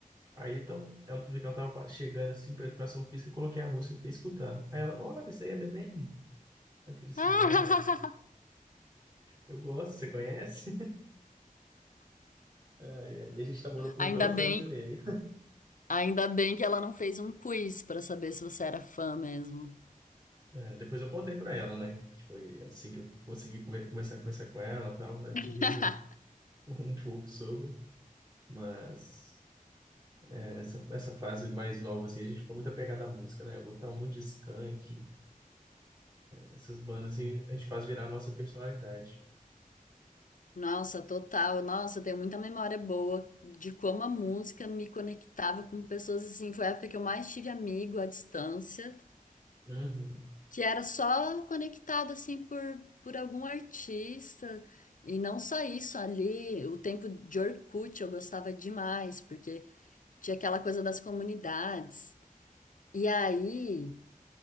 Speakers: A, on the right (about 25°); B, on the left (about 65°).
A: Aí então, ela outro dia que ela tava chegando assim para educação física, eu coloquei a música e fiquei escutando. Aí ela, olha, isso aí é The Maine. Eu falei assim,
B: <laughs>
A: é, eu gosto, você conhece? <laughs> Aí, aí, E a gente namorou por
B: Ainda
A: dois
B: bem,
A: anos e meio.
B: ainda bem que ela não fez um quiz pra saber se você era fã mesmo.
A: É, depois eu contei para ela, né? Que foi assim que eu consegui come- começar a conversar com ela, e tal, a gente
B: <laughs>
A: riu um pouco sobre, mas é, essa, essa fase mais nova, assim, a gente ficou muito apegado à música, né? Eu gostava muito de Skank, essas bandas, assim, a gente faz virar a nossa personalidade.
B: Nossa, total. Nossa, eu tenho muita memória boa de como a música me conectava com pessoas assim. Foi a época que eu mais tive amigo à distância,
A: Uhum.
B: que era só conectado assim por, por algum artista. E não só isso, ali, o tempo de Orkut eu gostava demais, porque tinha aquela coisa das comunidades. E aí,